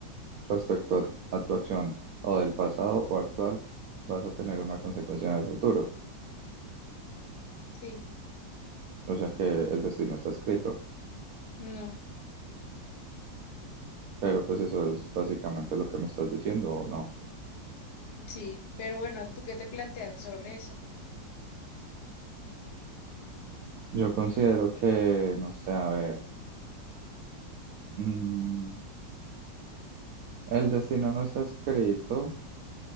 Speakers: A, on the right; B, on the left.
A: respecto a, a tu acción o del pasado o actual, vas a tener una consecuencia en el futuro.
B: Sí,
A: O sea que el destino está escrito,
B: no,
A: pero pues eso es básicamente lo que me estás diciendo o no.
B: sí, pero bueno, ¿tú qué te planteas sobre eso?
A: Yo considero que, no sé, a ver, mm, el destino no está escrito,